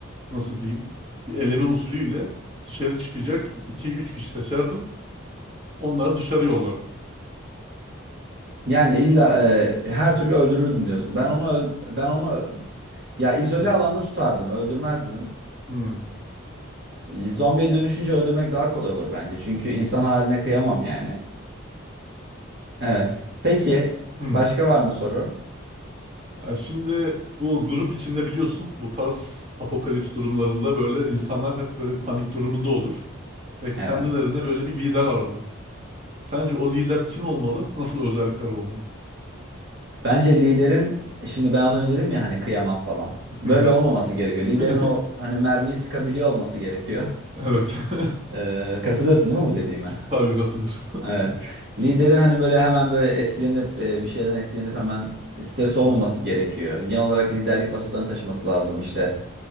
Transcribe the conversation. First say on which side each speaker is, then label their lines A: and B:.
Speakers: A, on the right; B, on the right.
A: nasıl diyeyim bir eleme usulüyle dışarı çıkacak iki üç kişi seçerdim. Onları dışarı yollardım.
B: Yani illa e, her türlü öldürürdüm diyorsun. Ben onu öl- ben onu Ya izole
A: Hmm.
B: alanda tutardım, öldürmezdim.
A: Hmm.
B: Zombiye dönüşünce öldürmek daha kolay olur bence. Çünkü insan haline kıyamam yani. Evet. Peki
A: Hmm.
B: başka var mı soru?
A: Ya şimdi bu grup içinde biliyorsun bu tarz apokalips durumlarında böyle insanlar hep böyle panik durumunda olur. ve kendilerine
B: Evet.
A: böyle bir lider ararlar. Sence o lider kim olmalı? Nasıl özellikler olmalı?
B: Bence liderin e, şimdi ben az önce dedim ya hani kıyamam falan. Böyle
A: Hı hı.
B: olmaması gerekiyor. Liderin
A: <laughs>
B: o hani mermiyi sıkabiliyor olması gerekiyor.
A: Evet. <laughs>
B: Ee, katılıyorsun değil mi bu dediğime?
A: Tabii katılıyorum.
B: Evet. Liderin hani böyle hemen böyle etkilenip e, bir şeyden etkilenip hemen stres olmaması
A: Hı hı.
B: gerekiyor. Genel olarak liderlik vasıflarını taşıması lazım işte.